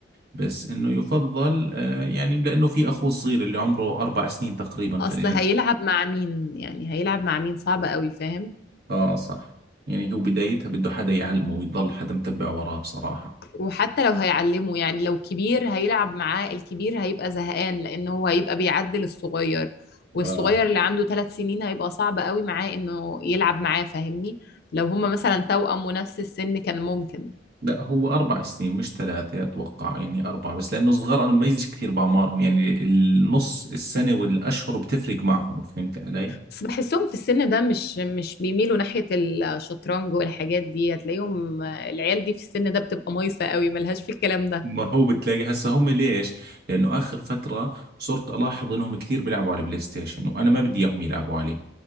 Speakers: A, on the right; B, on the left.
A: بس إنه يفضل آه، يعني لأنه في أخوه الصغير اللي عمره أربع سنين تقريبا خلينا
B: اصل هيلعب مع مين يعني هيلعب مع مين صعبة قوي فاهم
A: آه صح يعني هو بدايتها بده حدا يعلمه ويضل حدا متبع وراه بصراحة
B: وحتى لو هيعلمه يعني لو كبير هيلعب معاه الكبير هيبقى زهقان لأنه هو هيبقى بيعدل الصغير والصغير
A: آه
B: اللي عنده ثلاث سنين هيبقى صعب قوي معاه إنه يلعب معاه فاهمني لو هما مثلا توأم ونفس السن كان ممكن
A: لا هو أربع سنين مش ثلاثة أتوقع يعني أربعة بس لأنه الصغار أنا بميزش كثير بأعمارهم يعني النص السنة والأشهر بتفرق معهم فهمت علي؟
B: بس بحسهم في السن ده مش مش بيميلوا ناحية الشطرنج والحاجات دي هتلاقيهم العيال دي في السن ده بتبقى مايسة قوي ملهاش في الكلام ده
A: ما هو بتلاقي هسه هم ليش؟ لأنه آخر فترة صرت ألاحظ إنهم كثير بيلعبوا على البلاي ستيشن وأنا ما بدي إياهم يلعبوا عليه